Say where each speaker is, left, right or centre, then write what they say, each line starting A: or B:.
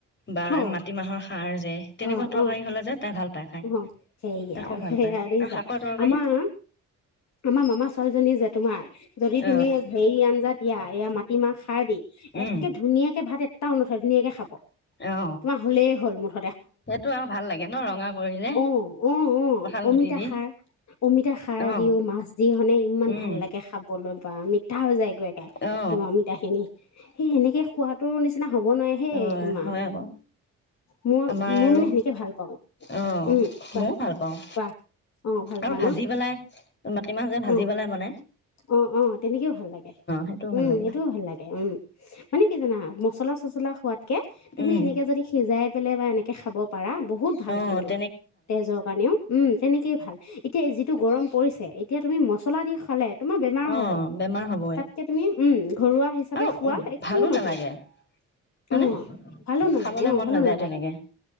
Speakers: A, on the left; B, on the left.
A: বা
B: অ
A: মাটিমাহৰ সাৰ যে তেনেকুৱা
B: অ
A: তৰকাৰী
B: অ
A: হ'লে যে তাই ভাল পায় খাই
B: অ সেয়া
A: তাই খুব ভাল
B: সেয়া
A: পায়
B: দেখিছা
A: আৰু শাকৰ তৰকাৰী
B: আমাৰ আমাৰ মামা ছোৱালীজনী যে তোমাৰ যদি
A: অ
B: তুমি হেৰি আঞ্জা দিয়া এয়া মাটিমাহ সাৰ দি
A: উম
B: একে ধুনীয়াকে ভাত এটাও নথয় ধুনীয়াকে খাব
A: অ
B: তোমাৰ হলেই হ'ল মা
A: সেইটো আৰু ভাল লাগে ন ৰঙা কৰিলে।
B: অ- অ -অ
A: কঁঠাল
B: -অমিতা
A: গুটি দি
B: সাৰ। অমিতা সাৰ
A: অ
B: দিও, মাছ দি ইমান
A: উম
B: লাগে খাবলৈ বা মিঠা হৈ যায় একবাৰতে।
A: অ
B: তোমাৰ অমিতা খিনি সেই সেনেকে খুৱাতো নিচিনা হ'ব নোৱাৰে। সেই
A: অ
B: তোমাৰ,
A: হয় আকৌ
B: মই
A: আমাৰ
B: -মই
A: আৰু
B: মানে সেনেকে ভাল পাওঁ।
A: অ
B: উম, কোৱা
A: ময়ও ভাল পাওঁ
B: -কোৱা? অ ভাল
A: আৰু
B: পোৱা
A: ভাজি
B: ন
A: পেলাই, মাটি মাহ যে ভাজি
B: অ
A: পেলাই বনায়।
B: অ- অ তেনেকেও ভাল লাগে।
A: সেইটোও
B: উম,
A: ভাল লাগে
B: সেইটোও ভাল লাগে উম। মানে কি জানা? মছলা -চচলা খোৱাতকৈ, তুমি
A: উম
B: এনেকৈ যদি সিজাই পেলাই বা এনে- কে খাব পাৰা বহুত- ভাল
A: অঁ।
B: কিন্তু তেজৰ কাৰণেও। উম, তেনেকে- এইটোৱে ভাল। এতিয়া যিটো গৰম পৰিছে, এতিয়া তুমি মছলা দি খালে- তোমাৰ বেমাৰ
A: অ
B: হ'ব।
A: বেমাৰ হবই
B: তাতকে তুমি উম, ঘৰুৱা - হিচাপে
A: আৰু
B: খোৱা, একো
A: ভালো
B: নহয়।
A: নালাগে হয়নে
B: অঁ, ভালো নালাগে,
A: খাবলৈ
B: অঁ,
A: মন
B: ভালো
A: নাযায়
B: নালাগে,
A: তেনেকে